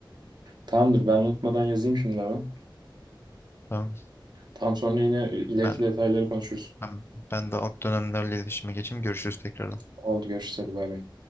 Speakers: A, on the right; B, on the left.
A: Tamamdır ben unutmadan yazayım şimdi hemen.
B: Tamam.
A: Tam sonra yine ileriki
B: Ben
A: detayları konuşuruz.
B: Ben ben de alt dönemlerle iletişime geçeyim. Görüşürüz tekrar.
A: Oldu görüşürüz hadi bay bay.